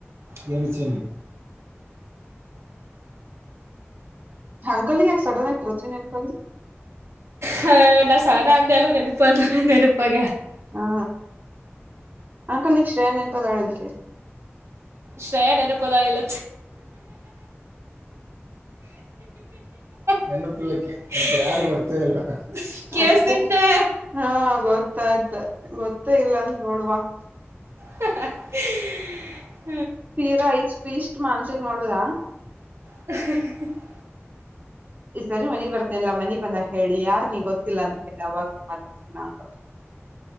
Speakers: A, on the right; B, on the right.
A: ನಚ
B: ಹಂಗಲ್ ಯಕ ಸಡನ್ ಆಗಿರತತ ನನ್ಪ
A: ಹ ನಾ ಸಹನಾ ಅಂತೆ ಎಲ್ಲ ನೆನಪಲ್ಲ ನೆನಪಾಗ
B: ಹಾ ಅಂಕಲ್ ನಿಕ್ಕ್ಷ್ರೇ ನೆನಪದಂತರಿ
A: ಶ್ರಯನ್ ನನಪದಾಲ್ಲ ನೆನಪಿಲ್ಲಕ್ಕೆ ಮ ಯಾರಿಗ ಬರ್ತೇ ಇಲ್ಲ ಕೇಳಿಸ್ತೇನೆ
B: ಅದೇ
A: ಶ್ರೇಯ
B: ಹಾ ಗೊತ್ತಾಯ್ತ ಗೊತ್ತೇ ಇಲ್ಲ ಅಂದ ನೋಡ್ವಾ
A: <inaudible>
B: ತೀರಾ ಇಷ್ಟು ಇಷ್ಟ್ ಮಾನ್ಸಕ್ ಮಾಡುದ
A: ಹ
B: ಈ ಸರಿ ಮನಿ ಬರ್ತನಲ್ಲ ಮನಿ ಬಂದ ಹೇಳಿ ಯಾರ್ ನೀ ಗೊತ್ತಿಲ್ಲ ಅಂತ ಹೇಳಿ ಅವವಾಗ ಮಾತಾಡ್ತೀಿ ನನ್